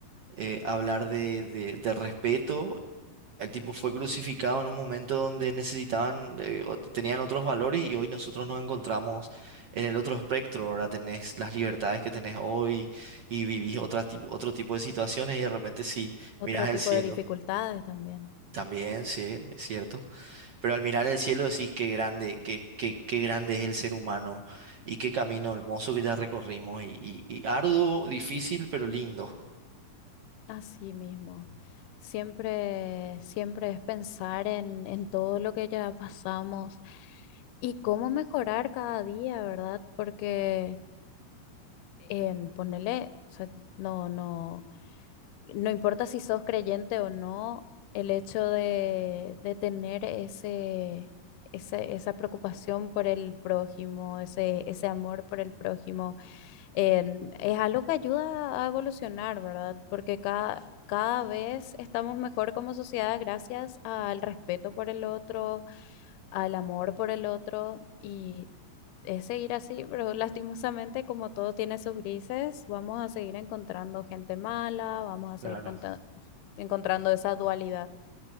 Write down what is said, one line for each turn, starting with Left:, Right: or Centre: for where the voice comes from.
Right: eh, hablar de, de- de respeto. El tipo fue crucificado en un momento donde necesitaban, eh, o t- tenían otros valores y hoy nosotros nos encontramos en el otro espectro. Ahora tenés las libertades que tenés hoy y vivís otra, ti- otro tipo de situaciones y de repente sí,
Left: Otro
Right: mirás el
Left: tipo
Right: cielo.
Left: de dificultades también.
Right: También, sí, es cierto. Pero al mirar el cielo decís qué grande, qué, qué, qué grande es el ser humano y qué camino hermoso que ya recorrimos y, y y arduo, difícil, pero lindo.
Left: Así mismo. Siempre, siempre es pensar en, en todo lo que ya pasamos y cómo mejorar cada día, ¿verdad? Porque en ponerle, no, no. no importa si sos creyente o no, el hecho de, de tener ese, ese- esa preocupación por el prójimo, ese, ese amor por el prójimo, en- es algo que ayuda a evolucionar, ¿verdad? Porque cada, cada vez estamos mejor como sociedad gracias al respeto por el otro, al amor por el otro y es seguir así, pero <laughs> lastimosamente como todo tiene sus grises, vamos a seguir encontrando gente mala, vamos a
Right: Claro,
Left: seguir conta- encontrando esa dualidad.